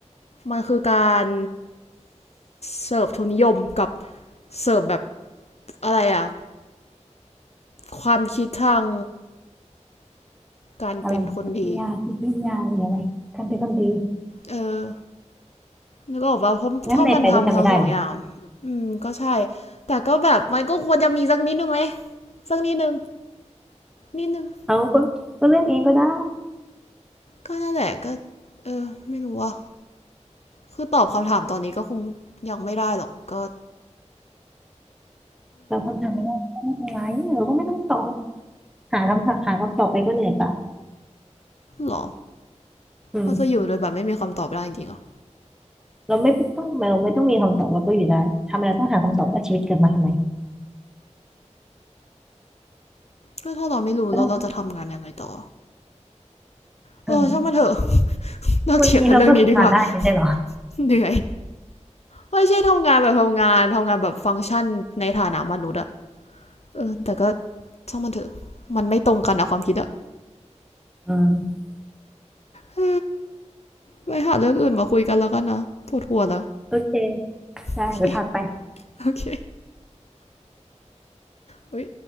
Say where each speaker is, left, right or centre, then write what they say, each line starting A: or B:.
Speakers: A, on the left (about 60°); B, in the centre.
A: มันคือการเสิร์ฟทุนนิยมกับเสิร์ฟแบบอะไรอะความคิดทางการเป็นคนดี
B: อะไรปรัชญาจิตวิทยาหรืออะไรการเป็นคนดี
A: เออนึกออกว่ะเพราะถ้ามันทำทั้งสองอย่าง
B: แล้วทำไมไปด้วยกันไม่ได้หรอ
A: อืมก็ใช่แต่ก็แบบมันก็ควรจะมีสักนิดนึงไหมสักนิดนึงนิดนึง
B: เอาก็ก็เลือกเองก็ได้
A: ก็นั่นแหละก็เออไม่รู้ว่า คือตอบคำถามตอนนี้ก็คงยังไม่ได้หรอกก็
B: เราคำถามไม่ได้ก็ไม่เป็นไรเราก็ไม่ต้องตอบหาคำถามหาคำตอบไปก็เหนื่อยเปล่า
A: หรอ
B: อืม
A: เราจะอยู่โดยแบบไม่มีคำตอบได้จริงๆเหรอะ
B: เราไม่ต้องเราไม่ต้องมีคำตอบเราก็อยู่ได้ทำไมเราต้องหาคำตอบว่าชีวิตเกิดมาทำไม
A: ก็ถ้าเราไม่รู้แล้วเราจะทำงานยังไงต่อ
B: ก็ได้
A: เออช่างมันเถอะ
B: อืม
A: <laughs> เลิกเถียงกันเรื่องนี้ดีกว่า
B: วันนี้เราก็ทำงานได้ไม่ใช่เหรอ
A: <laughs> เหนื่อยไม่ใช่ทำงานแบบทำงานทำงานแบบฟังก์ชันในฐานะมนุษย์อะเออแต่ก็ช่างมันเถอะมันไม่ตรงกันนะความคิดอะ
B: อืม
A: เอไปหาเรื่องอื่นมาคุยกันแล้วกันนะปวดหัวแล้ว <laughs>
B: โอเคได้ไปพักไป
A: โอเคโอเคเฮ้ย